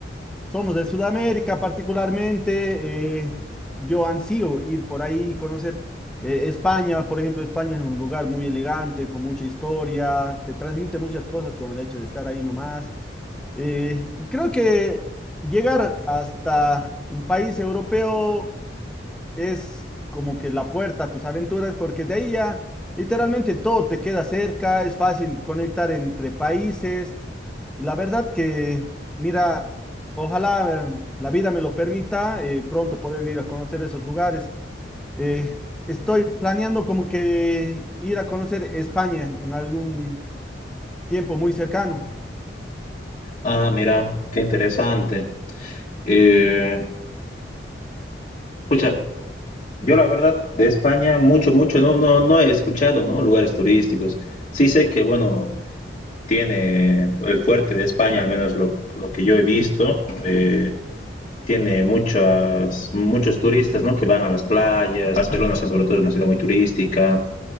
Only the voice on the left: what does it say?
Ah, mira, qué interesante. Eh, pucha, Yo la verdad de España mucho, mucho, no, no, no he escuchado, ¿no? Lugares turísticos. Sí sé que, bueno, tiene el fuerte de España, al menos lo, lo que yo he visto, eh, tiene muchas, muchos turistas, ¿no? Que van a las playas. Barcelona, o sea, sobre todo, es una ciudad muy turística.